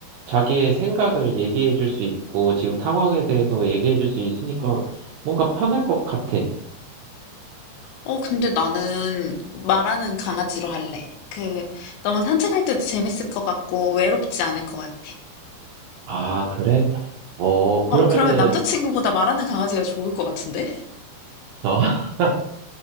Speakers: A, on the right (about 80°); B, on the left (about 80°).
A: 자기의 생각을 얘기해 줄 수 있고 지금 상황에 대해서 얘기해 줄 수 있으니까 뭔가 편할 것 같아.
B: 어, 근데 나는 말하는 강아지로 할래. 그, 너무 산책할 때도 재밌을 것 같고 외롭지 않을 것 같아.
A: 아, 그래? 어, 그러면은,
B: 어, 그러면 남자친구보다 말하는 강아지가 좋을 것 같은데?
A: 어, <laughs>